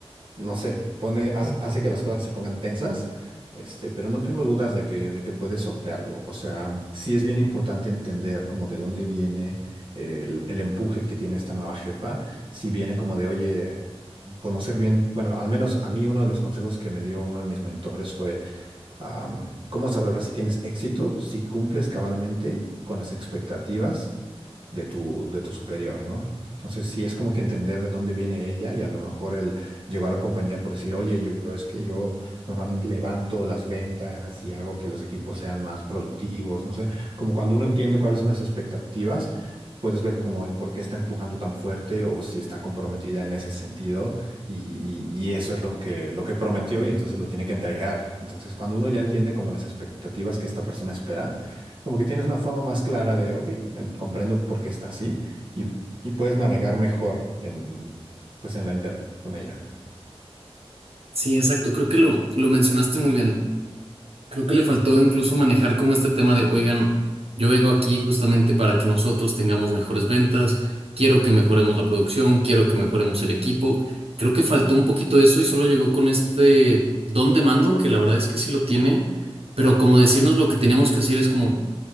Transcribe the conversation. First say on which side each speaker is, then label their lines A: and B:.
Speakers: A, on the right (about 55°); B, on the right (about 70°).
A: no sé, pone, hace, hace que las cosas se pongan tensas, este, pero no tengo dudas de que, de que puedes sortearlo. O sea, sí es bien importante entender como de dónde viene el, el empuje que tiene esta nueva jefa, si viene como de, oye, conocer bien, bueno, al menos a mí uno de los consejos que me dio uno de mis mentores fue Am, ¿cómo sabrás si tienes éxito? Si cumples cabalmente con las expectativas de tu, de tu superior, ¿no? Entonces, sí es como que entender de dónde viene ella y a lo mejor él llegó a la compañía por decir, oye, yo yo es que yo normalmente levanto las ventas y hago que los equipos sean más productivos, no sé, como cuando uno entiende cuáles son las expectativas. Puedes ver como el por qué está empujando tan fuerte o si está comprometida en ese sentido y, y- y eso es lo que, lo que prometió y entonces lo tiene que entregar. Entonces, cuando uno ya entiende como las expectativas que esta persona espera, como que tienes una forma más clara de, ok, en- comprendo por qué está así y, y puedes navegar mejor en, pues en la interacción con ella.
B: Sí, exacto. Creo que lo, lo mencionaste muy bien. Creo que le faltó incluso manejar como este tema de, oigan, yo vengo aquí justamente para que nosotros tengamos mejores ventas, quiero que mejoremos la producción, quiero que mejoremos el equipo. Creo que faltó un poquito eso y solo llegó con este don de mando, que la verdad es que sí lo tiene, pero como decirnos lo que teníamos que hacer es como...